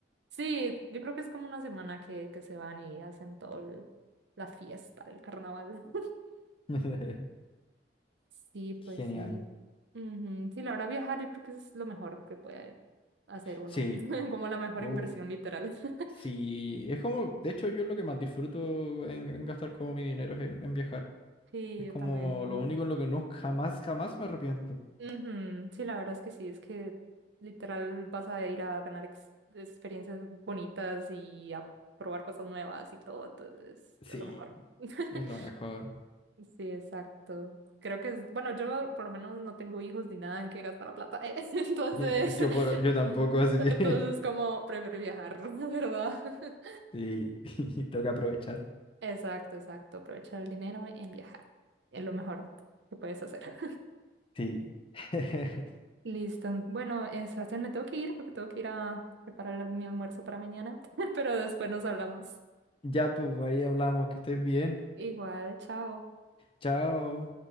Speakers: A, on the right (about 75°); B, on the left (about 30°).
A: Sí, yo creo que es como una semana que, que se van y hacen todo el- la fiesta del carnaval. <laughs>
B: <laughs>
A: Sí, pues
B: Genial.
A: sí. Ujú, Sí, la verdad, viajar yo creo que es lo mejor que puede hacer uno,
B: Sí,
A: <laughs> como la mejor
B: oh,
A: inversión, literal. <laughs>
B: sí, es como, de hecho, yo lo que más disfruto en, en gastar como mi dinero es en, en viajar.
A: Sí,
B: Es
A: yo
B: como
A: también.
B: lo único en lo que no jamás, jamás me arrepiento.
A: Ujú, Sí, la verdad es que sí, es que literal vas a ir a ganar ex- experiencias bonitas y a probar cosas nuevas y todo, entonces
B: Sí,
A: a lo mejor. <laughs>
B: es lo mejor.
A: Sí, exacto. Creo que es, bueno, yo por lo menos no tengo hijos ni nada en que gastar la plata, eh, <laughs> Entonces,
B: Y- y yo,
A: <laughs>
B: por- yo tampoco, así
A: entonces
B: que
A: como prefiero viajar, <laughs> la verdad. <laughs>
B: <laughs> sí, <laughs> toca aprovechar.
A: Exacto, exacto. Aprovechar el dinero en viajar. Es lo mejor que puedes hacer.
B: Sí. <laughs>
A: Listo. Bueno, eh, Sebastián, me tengo que ir porque tengo que ir a preparar mi almuerzo para mañana, <laughs> pero después nos hablamos.
B: Ya, pues ahí hablamos, que estés bien.
A: Igual, chao.
B: Chao.